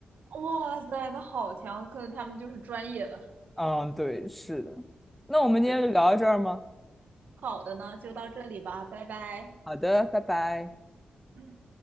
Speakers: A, on the right; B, in the centre.
A: 哇塞，那好强！可能他们就是专业的。
B: 嗯，对，是的。那我们今天就聊到这儿吗？
A: 是的，是的。好的呢，就到这里吧，拜拜。
B: 好的，拜拜。
A: 嗯。